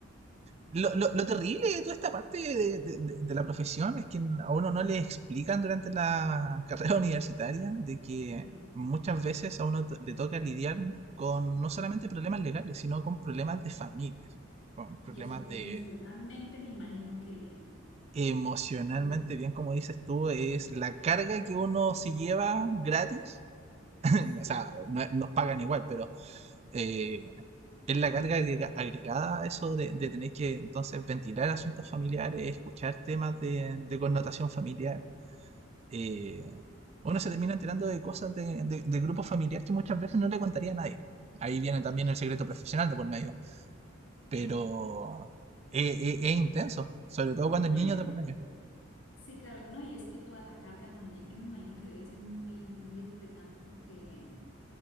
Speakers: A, on the right; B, on the left.
A: lo, lo, lo, terrible de toda esta parte de, de, de, la profesión es que a uno no le explican durante la carrera <laughs> universitaria de que
B: Sí.
A: muchas veces a uno to- le toca lidiar con no solamente problemas legales, sino con problemas de familias, con problemas
B: Y eso
A: de
B: emocionalmente me imagino que,
A: emocionalmente
B: que-
A: bien, como dices tú, es la carga que uno se lleva gratis. <laughs>
B: sí,
A: o sea, no- nos pagan igual, pero eh, es la carga agrega- agregada a eso de, de tener que entonces ventilar asuntos familiares, escuchar temas de, de connotación familiar. eh, uno se termina enterando de cosas de, de, de grupo familiar que muchas veces no le contaría a nadie. Ahí viene también el secreto profesional de por medio, pero
B: sí.
A: es, es- es intenso, sobre todo cuando el
B: No,
A: niño
B: es
A: de por medio.
B: Sí, claro. No, y es que toda la carga también, yo me imagino que debe ser muy, muy estresante porque